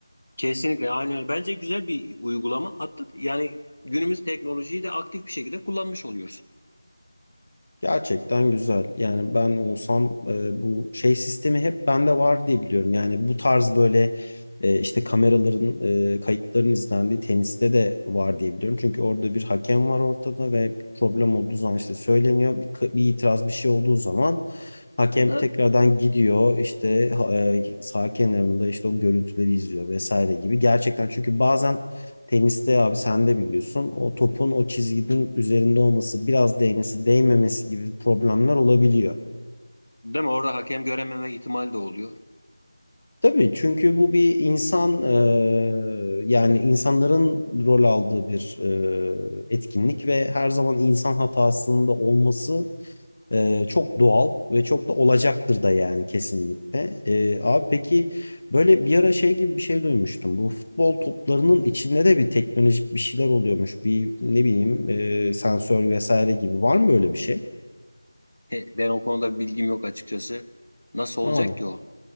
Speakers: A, on the left; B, on the left.
A: Kesinlikle aynen öyle. Bence güzel bir uygulama. Hatta yani günümüz teknolojiyi de aktif bir şekilde kullanmış oluyorsun.
B: Gerçekten güzel. Yani ben olsam e, bu şey sistemi hep bende var diye biliyorum. Yani bu tarz böyle e, işte kameraların, e, kayıtların izlendiği teniste de var diye biliyorum. Çünkü orada bir hakem var ortada ve bir problem olduğu zaman işte söyleniyor. Bir, k- bir itiraz bir şey olduğu zaman hakem
A: Hı hı.
B: tekrardan gidiyor işte ha- e, sağ kenarında işte o görüntüleri izliyor vesaire gibi. Gerçekten çünkü bazen Teniste abi sen de biliyorsun o topun o çizginin üzerinde olması biraz değmesi değmemesi gibi problemler olabiliyor.
A: Değil mi? Orada hakem görememe ihtimali de oluyor.
B: Tabii çünkü bu bir insan eee, yani insanların rol aldığı bir eee, etkinlik ve her zaman insan hatasında olması Ee, çok doğal ve çok da olacaktır da yani kesinlikle. Ee, abi peki böyle bir ara şey gibi bir şey duymuştum. Bu futbol toplarının içinde de bir teknolojik bir şeyler oluyormuş. Bir ne bileyim e, sensör vesaire gibi. Var mı böyle bir şey?
A: <laughs> He, Ben o konuda bilgim yok açıkçası. Nasıl olacak
B: Aa.
A: ki o?